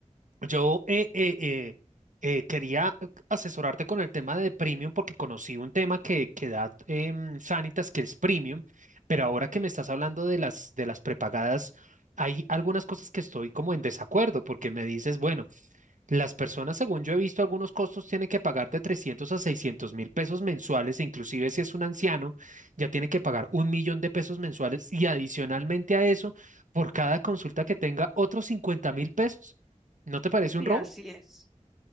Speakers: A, on the right (about 75°); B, in the centre.
A: yo eh, eh, eh, eh, quería asesorarte con el tema de premium porque conocí un tema que, que da em, Sanitas, que es premium, pero ahora que me estás hablando de las, de las prepagadas, hay algunas cosas que estoy como en desacuerdo porque me dices, bueno, Las personas, según yo he visto, algunos costos tienen que pagar de trescientos a seiscientos mil pesos mensuales, e inclusive si es un anciano, ya tiene que pagar un millón de pesos mensuales y adicionalmente a eso, por cada consulta que tenga, otros cincuenta mil pesos. ¿No te parece
B: Sí,
A: un robo?
B: así es.